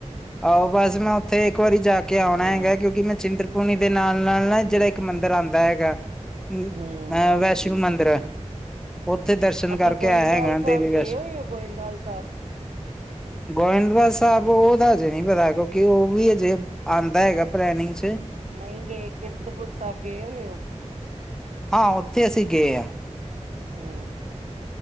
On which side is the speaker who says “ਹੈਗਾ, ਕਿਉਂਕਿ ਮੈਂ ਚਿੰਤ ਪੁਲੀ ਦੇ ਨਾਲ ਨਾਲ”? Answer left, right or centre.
Centre